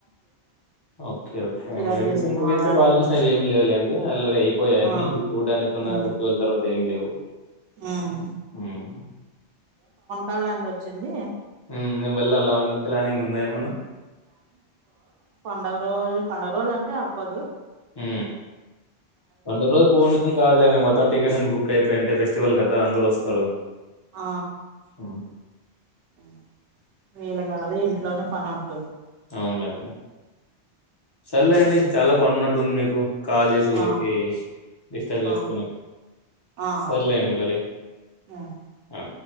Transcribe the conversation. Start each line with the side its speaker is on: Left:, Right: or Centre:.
Left: ఓకే ఓకే
Right: చిరంజీవి
Left: రీసెంట్
Right: సినిమా
Left: మూవీ అయితే
Right: గాని
Left: బాలకృష్ణ ఏమి లేవులేండి, అల్రెడీ అయిపోయా అన్ని
Right: ఆ
Left: చూడడానికిన్న
Right: ఉమ్
Left: ఫెస్టివల్ తర్వాత ఏమి లేవ్.
Right: ఉమ్
Left: హామ్
Right: కళ్యాన్ ది వచ్చింది
Left: హుం మేము వెళ్ళాల అని ప్లానింగ్ ఉన్నాయా ఏమన్నా
Right: పండగ రోజు పండుగ రోజ్ అంటే అవ్వదు
Left: హు పండగ రోజ్ పో నీక్ కాదులే మొత్ త్తం టికెట్స్ అన్ని బుక్ అయిపోయింటే ఫెస్టివల్ కదా అందరుూ వస్తారు.
Right: ఆ
Left: హ్మ్.
Right: ఆ వేలా కాదు ఇన్ లోనే ఫన్ ఉన్
Left: అవునులే అండి సరలే అండి చాలా పని ఉన్నట్టుంది మీక్ తు కాల్ చేసి
Right: ఆ
Left: ఊరికే డిస్టర్బ్ చేస్తున్నా
Right: ఆ ఆ
Left: సర్లేండి
Right: ఓకే అండి
Left: మరి
Right: ఉమ్.
Left: హా